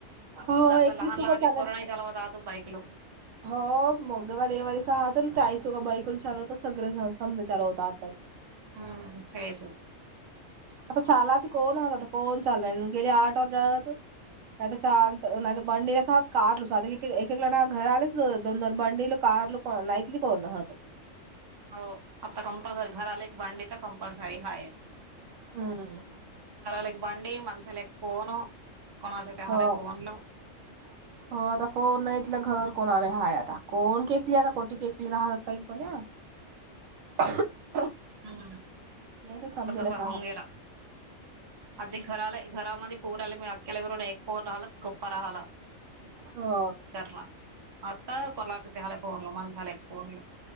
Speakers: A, on the right; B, on the right.
A: हो
B: ग आता
A: एकलीच
B: लहान
A: तू
B: लहान
A: का चालत
B: लेकरू <unintelligible> बाईकलो.
A: हो मगद मला एवारीस हह चाळीसोघ बाईकून चालव होता सगळं समजा चालू होता आता. <inaudible>
B: हमं फेस.
A: आता चालाचे कोण आहात आता कोण चाल रा गेले आठ वज. नाहीत चाल नाहीत बंडे असात कार लुसात एक एक ल घर आले. दोन दोन बंडील कारल कोण नाईटली कोणत.
B: हो आता कंपल्सरी घराला एक भांडी तर कंपल्सरी हाय आहेस.
A: हम्म.
B: घराला एक भांडी माणसाला फोन कोणाचतेह
A: हो
B: फोनू.
A: <inaudible> हो आता फोन नाही तथलं घर कोणाले हाय आता कोण केकली आता कोठ केकली राहतात काही पण <unintelligible> <inaudible>
B: हम्म
A: तर समजेलच
B: आता तसा
A: आहात
B: होऊन गेला. अगदी घराला घरामध्ये पूर आले मी अख्याला मिरून ऐकन राहिलास गप्पा राहिला.
A: हो
B: <unintelligible> आता कोलाच्या ते हलाय फोनल माणसाला फोनल.